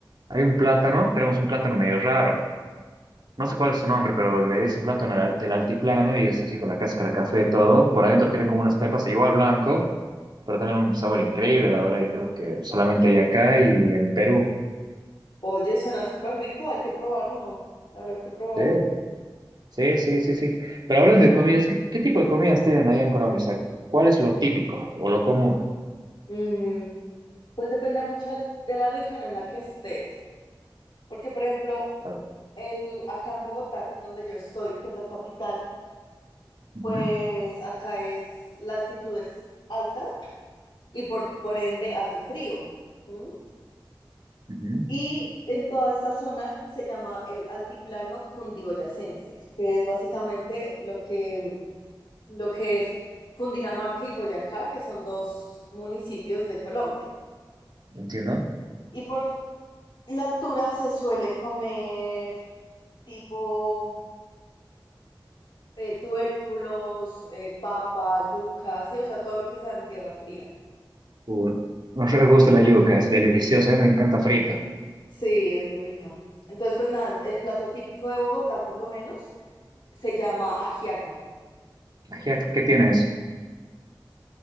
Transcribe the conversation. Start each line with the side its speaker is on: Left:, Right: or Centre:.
Right: hay un plátano. Tenemos un plátano medio raro. No sé cuál es su nombre, pero le dicen plátano del del altiplano y es así con la cáscara café todo. Por adentro tiene como unas pepas, igual blanco, pero también un sabor increíble, la verdad. Y creo que solamente hay acá y en Perú.
Left: oye, suena súper rico, hay que probarlo, habrá que probarlo.
Right: ¿sí? Sí, sí, sí, sí. Pero hablando de comidas, ¿qué, qué tipo de comidas tienen allá en Colombia? O sea, ¿cuál es lo típico o lo común?
Left: Mm, pues depende mucho del- de la región en la que estés, porque por ejemplo...
Right: A ver.
Left: eh, tú, acá en Bogotá, que es donde yo estoy, que es la capital,
Right: Ujú,
Left: pues acá es la altitud es alta y por, por ende hace frío. ¿m?
Right: ujú,
Left: Y en toda esta zona se llama el altiplano cundiboyacense, que es básicamente lo que, lo que es Cundinamarca y Boyacá, que son dos municipios de Colombia.
Right: Entiendo.
Left: Y por la altura se suele comer tipo eh, tubérculos, eh, papa, yuca, sí, o sea, todo lo que sea en tierra fría.
Right: Uh, nos re gusta la yuca, es deliciosa, a mí me encanta frita.
Left: Sí, es muy rica. Entonces, pues nada, el plato típico de Bogotá, por lo menos, se llama ajiaco.
Right: Ajiaco, ¿qué tienes?